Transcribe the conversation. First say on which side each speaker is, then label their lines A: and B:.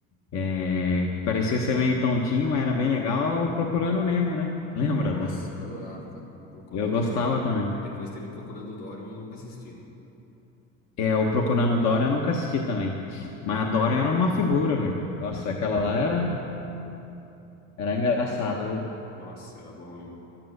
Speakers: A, on the left (about 55°); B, on the left (about 85°).
A: é, que parecia ser meio tontinho, mas era bem legal, é o Procurando Nemo, né? Lembra
B: Nossa,
A: da.
B: eu adorava, cara. Procurando
A: Eu gostava
B: Nemo.
A: também.
B: Depois teve Procurando Dory, mas eu nunca assisti.
A: É, o Procurando Dora eu nunca assisti também. Mas a Dora era uma figura, velho. Nossa, aquela lá era, era engraçada, viu?
B: Nossa, era bom mesmo.